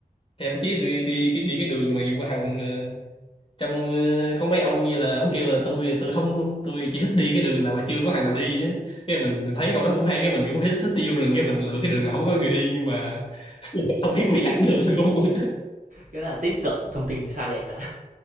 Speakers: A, on the left (about 35°); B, on the right (about 60°).
A: thậm chí tôi đi cái đi cái đường mà Vũ Hằng trong ờ, có mấy ông như là ông kêu là tôi tôi không tôi chỉ thích đi cái đường nào mà chưa có thằng nào đi á cái mình thấy câu đó cũng hay cái mình cũng thích thích đi vô rừng cái mình lựa cái đường nào không có người đi nhưng mà <laughs> không biết bị lạc đường luôn
B: cái đó là tiếp cận thông tin sai lệch à